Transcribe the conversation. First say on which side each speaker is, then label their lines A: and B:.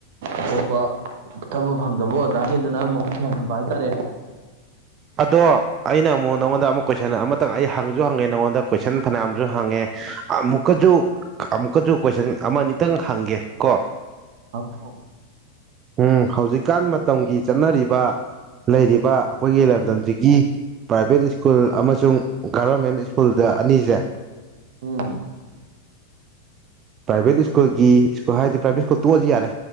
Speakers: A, on the right; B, on the right.
A: ꯑꯇꯣꯞꯄ ꯊꯕ ꯐꯪꯗꯕ ꯑꯣꯖꯥꯈꯩꯗꯨꯅ ꯃꯍꯨꯠ ꯊꯍꯟꯕ ꯍꯥꯏꯇꯥꯔꯦ
B: ꯑꯗꯣ ꯑꯩꯅ ꯑꯃꯨꯛ ꯅꯪꯉꯣꯟꯗ ꯑꯃꯨꯛ ꯀꯣꯏꯁꯟ ꯑꯃꯇꯪ ꯑꯩ ꯍꯪꯁꯨ ꯍꯪꯉꯦ ꯅꯪꯉꯣꯟꯗ ꯀꯣꯏꯁꯟ ꯐꯅꯌꯥꯝꯁꯨ ꯍꯪꯉꯦ ꯑꯃꯨꯛꯀꯁꯨ ꯑꯃꯨꯛꯀꯁꯨ ꯀꯣꯏꯁꯟ ꯑꯃ ꯑꯅꯤꯇꯪ ꯍꯪꯒꯦ ꯀꯣ
A: ꯍꯪꯑꫭ ꯍꯪꯑꫭ
B: ꯎꯝ ꯍꯧꯖꯤꯛꯀꯥꯟ ꯃꯇꯝꯒꯤ ꯆꯠꯅꯔꯤꯕ ꯂꯩꯔꯤꯕ ꯑꯩꯈꯣꯏꯒꯤ ꯂꯝꯗꯝꯁꯤꯒꯤ ꯄ꯭ꯔꯥꯏꯚꯦꯠ ꯁ꯭ꯀꯨꯜ ꯑꯃꯁꯨꯡ ꯒꯕꯔꯃꯦꯟ ꯁ꯭ꯀꯨꯜꯗ ꯑꯅꯤꯁꯦ
A: ꯎꯝ
B: ꯄ꯭ꯔꯥꯏꯚꯦꯠ ꯁ꯭ꯀꯨꯜꯒꯤ ꯁꯀꯨ ꯍꯥꯏꯗꯤ ꯄ꯭ꯔꯥꯏꯚꯦꯠ ꯁ꯭ꯀꯨꯜ ꯇꯣꯛꯑꯁꯤ ꯌꯥꯔ